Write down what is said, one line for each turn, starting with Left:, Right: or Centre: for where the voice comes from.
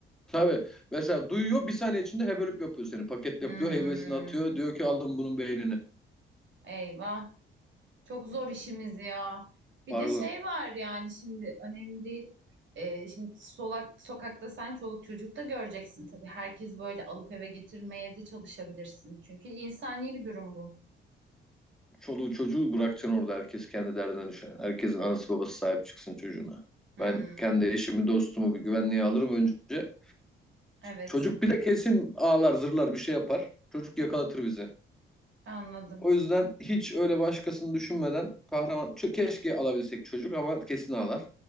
Centre: Tabii. Mesela duyuyor bir saniye içinde hevelip yapıyor seni. Paket
Right: Hmm,
Centre: yapıyor, heybesini atıyor. Diyor ki alın bunun beynini.
Right: eyvah. Çok zor işimiz ya. Bir
Centre: Pardon.
Right: de şey var yani şimdi önemli değil. Ee, şimdi solak, sokakta sen çoluk çocuk da göreceksin tabii. Herkes böyle alıp eve getirmeye de çalışabilirsin. Çünkü insani bir durum bu.
Centre: Çoluğu çocuğu bırakacaksın orada. Herkes kendi derdine düşer. Herkesin anası babası sahip çıksın çocuğuna.
Right: Hmm,
Centre: Ben kendi eşimi, dostumu bir güvenliğe alırım önce.
Right: evet
Centre: Çocuk bir de kesin ağlar, zırlar bir şey yapar. Çocuk yakalatır bizi.
Right: anladım.
Centre: O yüzden hiç öyle başkasını düşünmeden kahraman... Ç- Keşke alabilsek çocuk ama kesin ağlar.